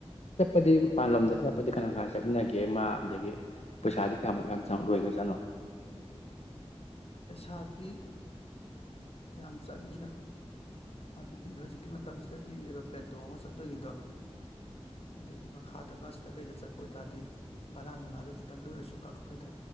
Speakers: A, on the left; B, on the left.
A: ꯆꯠꯄꯗꯤ ꯃꯄꯥꯟꯂꯣꯝꯗ ꯆꯠꯄꯗꯤ ꯀꯅꯥ ꯀꯅꯥ ꯆꯠꯃꯤꯟꯅꯒꯦ ꯃꯥ ꯑꯗꯒꯤ ꯄꯩꯁꯥꯗꯤ ꯀꯌꯥꯃꯨꯛ ꯌꯥꯝ ꯆꯥꯎ ꯂꯣꯏꯒꯗꯦ ꯁꯅ
B: ꯄꯩꯁꯥꯗꯤ ꯌꯥꯝ ꯆꯪꯉꯤꯗ ꯍꯥꯏꯕꯗꯤ ꯍꯧꯖꯤꯛꯀꯤ ꯃꯇꯝꯁꯤꯗꯗꯤ ꯑꯦꯔꯣꯄ꯭ꯂꯦꯟ ꯇꯣꯡꯉ ꯆꯠꯇꯣꯏꯅꯤꯗꯣ ꯑꯗꯒꯤ ꯃꯈꯥꯗ ꯕꯁꯇ ꯀꯩꯗ ꯆꯠꯄ ꯑꯣꯏꯇꯥꯥꯔꯗꯤ ꯕꯔꯥ ꯅꯨꯡꯂꯥꯗꯣ ꯈꯤꯇꯪꯗ ꯑꯣꯏꯔꯁꯨ ꯑꯩꯈꯣꯏꯗ